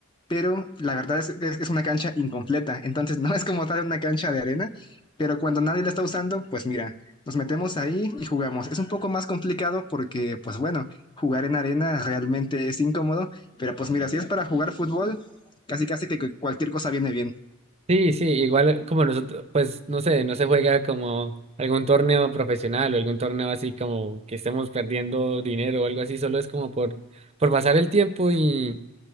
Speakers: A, on the left; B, on the right.
A: pero la verdad es que es, es una cancha incompleta, entonces <laughs> no es como tal una cancha de arena, pero cuando nadie la está usando, pues mira, nos metemos ahí y jugamos. Es un poco más complicado porque, pues bueno, jugar en arena realmente es incómodo, pero pues mira, si es para jugar fútbol, casi casi que que cualquier cosa viene bien.
B: Sí, sí, igual como nosotros, pues no sé, no se juega como algún torneo profesional o algún torneo así como que estemos perdiendo dinero o algo así, solo es como por, por pasar el tiempo y,